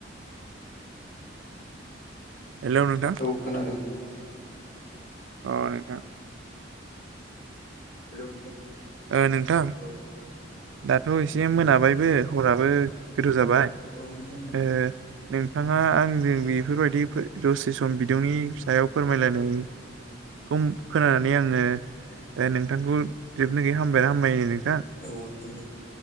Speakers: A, on the right; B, on the left.
A: हेल' नोथां।
B: औ खोनादों
A: अ नोंथां।
B: हेल' नोंथां
A: ओ नोंथां
B: औ
A: दाथ' एसे मोनाबायबो हराबो <unintelligible> जाबाय
B: औ नोंथां
A: ओ नोंथाङा आंजों बेफोर बायदि दसे सम बिदुंनि सायाव फोरमायलायनायनि बिबुं खोनानानै आङो औ नोंथांखौ जोबनो गैयि हामबायना हामबाय नो
B: औ ओ नोंथां औ।